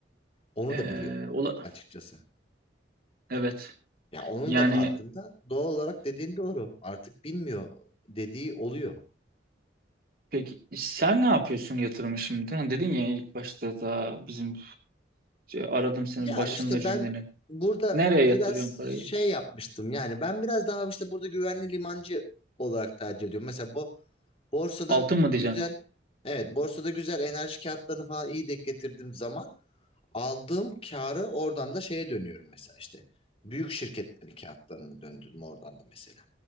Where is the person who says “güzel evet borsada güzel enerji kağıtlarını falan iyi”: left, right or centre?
Left